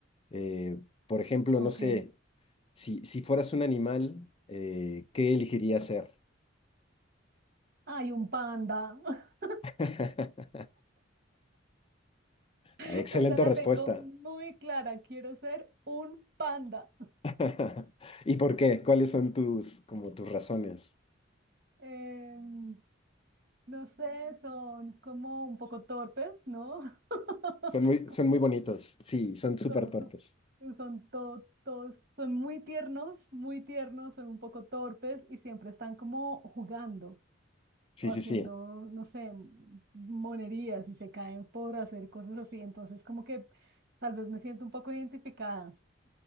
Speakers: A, on the left; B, on the right.
A: eh, por ejemplo,
B: ok.
A: no sé, si, si fueras un animal, eh, ¿qué elegirías ser?
B: Ay, un panda. <laughs>
A: <laughs>
B: Esa
A: Ah, Excelente
B: la
A: respuesta.
B: tengo muy clara. Quiero ser un panda.
A: <laughs> ¿Y por qué? ¿Cuáles son tus, como tus razones?
B: Em, no sé, son como un poco torpes, ¿no? <laughs>
A: Son muy, son muy bonitos. Sí, son súper
B: Como
A: torpes.
B: Son, su- son to- todos, son muy tiernos, muy tiernos, son un poco torpes y siempre están como jugando.
A: Sí,
B: o haciendo,
A: sí, sí.
B: no sé, monerías y se caen por hacer cosas así. Entonces, como que tal vez me siento un poco identificada